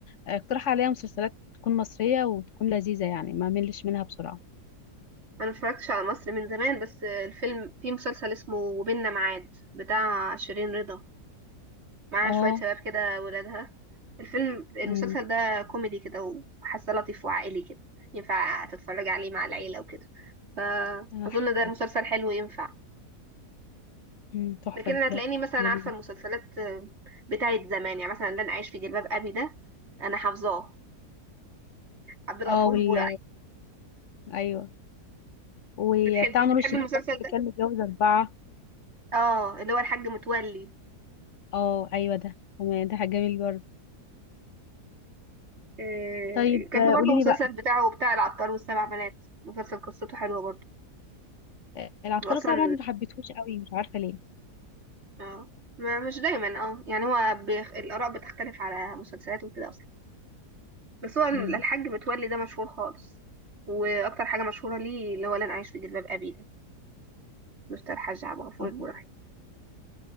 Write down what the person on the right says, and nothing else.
انا متفرجتش على مصر من زمان بس الفيلم في مسلسل اسمه وبيننا ميعاد بتاع شيرين رضا معاها
شوية شباب كده ولادها الفيلم المسلسل
ده كوميدي كده وحاسه لطيف وعائلي كده ينفع تتفرج عليه مع العيلة وكده فأظن
ده
مسلسل حلو ينفع
لكن انا هتلاقيني
مثلا
عارفة المسلسلات بتاعت زمان يعني مثلا لن أعيش في جلباب أبي ده انا حافظاه عبد الغفور
البرعي
بتحبي
بتحبي
المسلسل
ده
اه اللي هو الحاج متولي
آه،
كان في برضه
مسلسل
بتاعه بتاع العطار والسبع بنات مسلسل قصته حلوة برضه
واصلا
اه ما- مش دايما اه يعني هو بيخ... الآراء بتختلف على مسلسلات وكده اصلا بس هو الحاج
متولي ده مشهور خالص واكتر حاجة مشهورة ليه اللي هو لن أعيش في جلباب أبي ده مستر الحاج عبد الغفور
البرعي